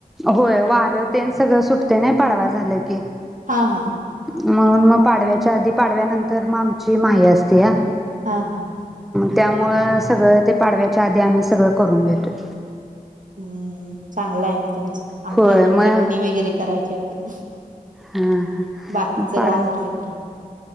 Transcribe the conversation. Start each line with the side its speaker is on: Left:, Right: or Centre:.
Centre: होय वार तेन सगळं सुटते नाही पाडवा झालं की.
Right: हा हा
Centre: म्हणून मग पाडव्याच्या आधी पाडव्यानंतर मग आमची माही असते ह
Right: हा हा
Centre: त्या सगळं ते पाडव्याच्या आधी आम्ही सगळं करून घेतोय.
Right: हम्म चांगलं आहे मगं तुमचं आमच्या
Centre: होय
Right: अजून
Centre: मग
Right: चटणी वगैरे कायघ करायचे बघ-
Centre: हा ह
Right: बाकीच
Centre: मग
Right: सगळं
Centre: पाड
Right: आवरलंय खरं